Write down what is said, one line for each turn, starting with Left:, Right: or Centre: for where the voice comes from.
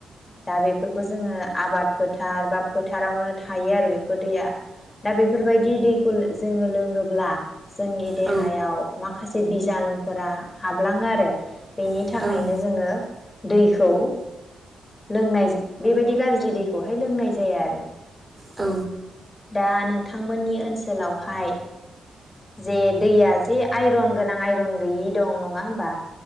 Left: दा बेफोरखौ जोङो आबाद फोथार बा फोथारावनो थायो आरो बेफोर दैया। दा बेफोरबायदि दैखौ जोङो लोङोब्ला जोंनि देहायाव।
Right: औ
Left: माखासे बिजानुफोरा हाबलाङो आरो बेनि
Right: औ
Left: थाखायनो जोङो। दैखौ लोंनाय बेबायदि गाज्रि दैखौहाय लोंनाय जाया आरो।
Right: औ।
Left: दा नोंथांमोननि ओनसोलावहाय जे दैया जे आइरन गोनां आइरन गैयि दं नङा होमबा